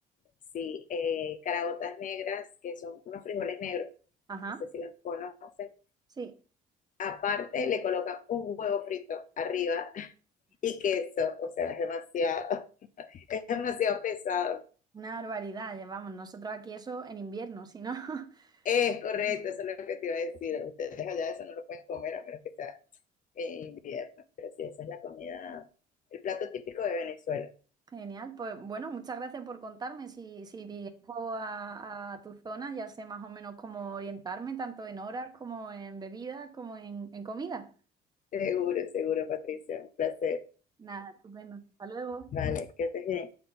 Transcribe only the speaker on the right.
Ajá,
sí,
una barbaridad. Llevamos nosotros aquí eso en invierno, si no. <laughs>
Mm.
Genial, pues bueno, muchas gracias por contarme. Si, si viajo a, a tu zona, ya sé más o menos cómo orientarme, tanto en horas como en bebidas, como en, en comida.
Nada, estupendo. Hasta luego.